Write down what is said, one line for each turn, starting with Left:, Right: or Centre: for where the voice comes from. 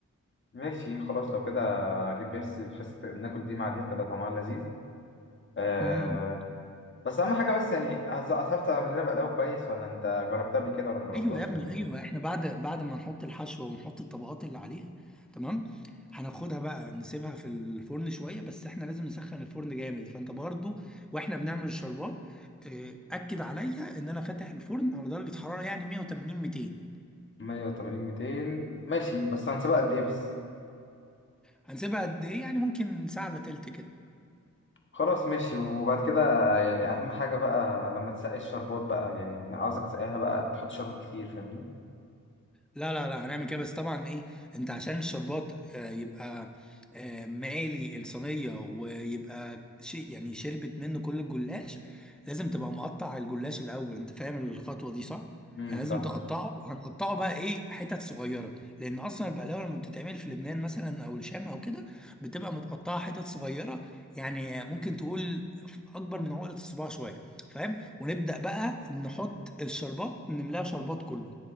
Left: ماشي خلاص لو كده اجيب بيبسي بحيث ناكل دي مع دي هتبقى طعمها لذيذ أه
Centre: امم
Left: بس اهم حاجه بس يعني هز- هتعرف تعمل لنا بقلاوه كويس ولا انت جربتها قبل كده ولا مجربتهاش
Centre: ايوه يا ابني
Left: ولا ايه
Centre: ايوه احنا بعد بعد ما نحط الحشوة ونحط الطبقات اللي عليها تمام هناخدها بقى نسيبها في الفرن شوية بس احنا لازم نسخن الفرن جامد فانت برضو واحنا بنعمل الشربات آه، اكد عليا ان انا فاتح الفرن على درجة حرارة يعني 180 200
Left: 180 200 ماشي بس هنسيبها قد ايه بس
Centre: هنسيبها قد ايه يعني ممكن ساعة الا تلت كده
Left: خلاص ماشي وبعد كده يعني اهم حاجه بقى لما تسقي الشربات بقى يعني عاوزك تسقيها بقى تحط شربات كتير فاهمني
Centre: لا لا لا هنعمل كده بس طبعا ايه انت عشان الشربات آه، يبقى آه، مالي الصينية ويبقى شيء يعني شربت منه كل الجلاش لازم تبقى مقطع الجلاش الأول انت فاهم الخطوة دي صح؟
Left: امم
Centre: يعني لازم
Left: فاهم
Centre: تقطعه هنقطعه بقى ايه حتت صغيرة لأن أصلا البقلاوة لما بتتعمل في لبنان مثلا أو الشام أو كده بتبقى متقطعة حتت صغيرة يعني ممكن تقول أكبر من عقلة الصباع شوية فاهم؟ ونبدأ بقى نحط الشربات نملاها شربات كله